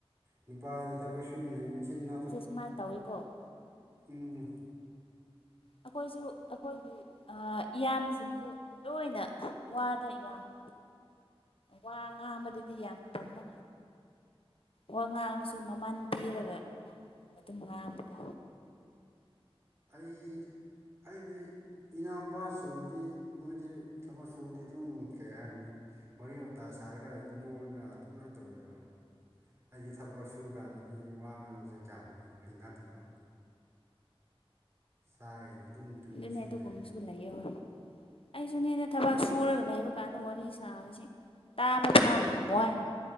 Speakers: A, on the right (about 25°); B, on the left (about 65°).
A: ꯅꯨꯄꯥꯗꯤ ꯊꯕꯛ ꯁꯨꯃꯤꯟꯅꯔꯤ ꯃꯆꯤꯟ ꯃꯅꯥꯎ
B: ꯁꯃꯥꯏꯅ ꯇꯧꯋꯤꯀꯣ
A: ꯎꯝ
B: ꯑꯩꯈꯣꯏꯁꯨ ꯑꯩꯈꯣꯏꯒꯤ ꯏꯌꯥꯝꯕꯁꯤꯡꯁꯨ ꯂꯣꯏꯅ ꯋꯥꯗꯣ ꯌꯥꯝꯕ ꯋꯥ ꯉꯥꯡꯕꯥꯗꯗꯤ ꯌꯥꯝ ꯇꯟꯕ ꯋꯥ ꯉꯥꯡꯕꯥꯁꯨ ꯃꯃꯜ ꯄꯤꯔꯒ ꯋꯥ ꯑꯗꯨꯝ ꯉꯥꯡꯕꯀꯣ
A: ꯑꯩ ꯑꯩꯗꯤ ꯏꯅꯥꯎꯄꯥꯁꯤꯡꯕꯨꯗꯤ ꯃꯣꯏꯗꯤ ꯊꯕꯛ ꯁꯨꯕꯗꯤ ꯑꯗꯨꯝ ꯀꯩ ꯍꯥꯏꯅꯤ ꯋꯥꯔꯤ ꯋꯥꯇꯥꯏ ꯁꯥꯔꯒ ꯅꯣꯛꯑꯒ ꯑꯗꯨꯃꯥꯏꯅ ꯇꯧꯋꯦꯕ ꯑꯩꯗꯤ ꯊꯕꯛ ꯁꯨ ꯀꯥꯟꯗꯗꯤ ꯋꯥ ꯉꯥꯡꯕꯥ ꯁꯦ ꯀꯌꯥꯝ ꯍꯩꯅꯗꯕ ꯆꯥꯗ ꯑꯗꯨꯝ <inaudible>
B: ꯑꯗꯨꯅꯦ ꯑꯗꯨꯒꯨꯝꯕꯥꯁꯨ
A: ꯂꯩꯕꯗꯣ
B: ꯂꯩꯌꯦ ꯍꯣꯏ ꯑꯩꯁꯨꯅꯦꯗ ꯊꯕꯛ ꯁꯨꯔꯒ ꯂꯩꯕ ꯑꯗꯨ ꯀꯥꯟꯗ ꯋꯥꯔꯤ ꯁꯥꯕꯁꯤ ꯇꯥꯕ ꯐꯥꯎ ꯌꯥꯝ ꯋꯥꯏ